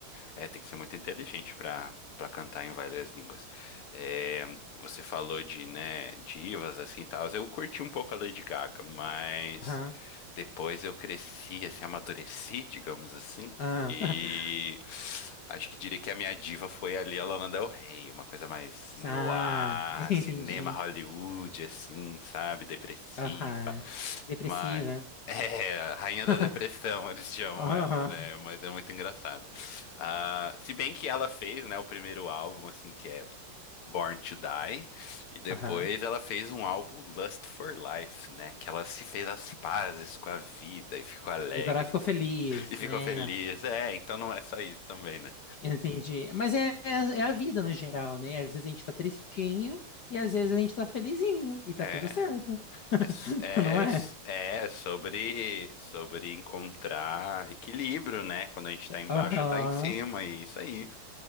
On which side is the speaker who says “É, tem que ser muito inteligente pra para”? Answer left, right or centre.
Left